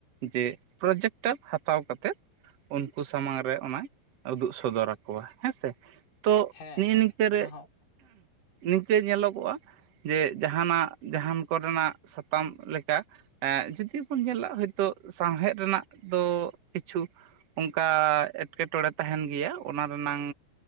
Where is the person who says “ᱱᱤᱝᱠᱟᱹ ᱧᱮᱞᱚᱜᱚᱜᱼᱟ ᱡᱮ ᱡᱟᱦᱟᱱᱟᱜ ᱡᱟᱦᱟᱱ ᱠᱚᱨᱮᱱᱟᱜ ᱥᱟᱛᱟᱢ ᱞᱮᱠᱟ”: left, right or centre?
Right